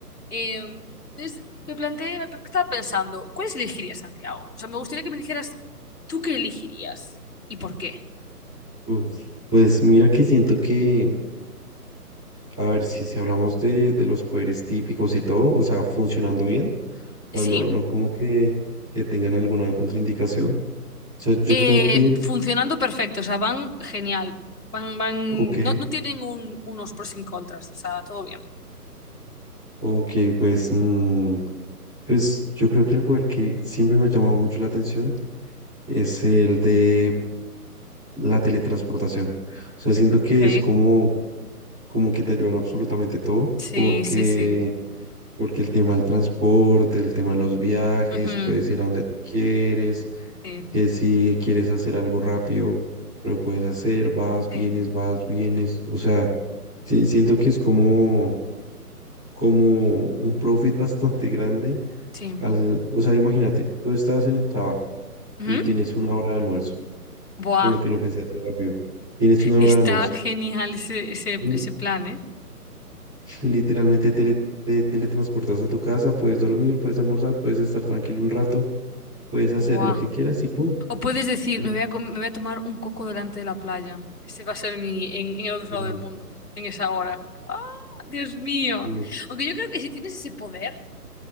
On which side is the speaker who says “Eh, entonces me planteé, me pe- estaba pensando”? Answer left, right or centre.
Left